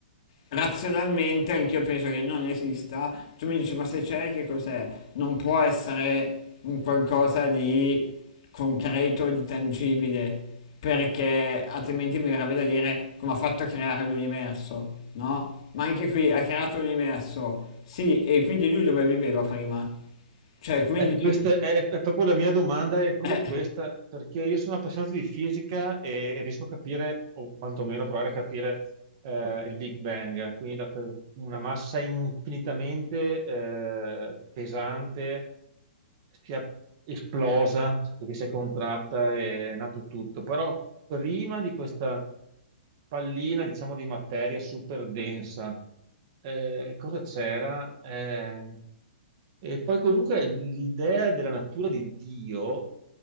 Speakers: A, on the left; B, on the right.
A: razionalmente anch'io penso che non esista. Tu mi dici, ma se c'è, che cos'è? Non può essere un qualcosa di concreto, di tangibile, perché altrimenti mi verrebbe da dire come ha fatto a creare l'universo, no? Ma anche qui ha creato l'universo, sì, e quindi lui dove viveva prima? Cioè, quindi
B: Eh, questa
A: ci...
B: è, è proprio la mia domanda, è proprio
A: eh.
B: questa, perché io sono appassionato di fisica e riesco a capire, o quantomeno provare a capire eh, il Big Bang, quindi da que- una massa infinitamente eh, pesante si è esplosa perché si è contratta e è nato tutto. Però prima di questa pallina, diciamo, di materia super densa, eh, cosa c'era? Eh, e poi comunque l'idea della natura di Dio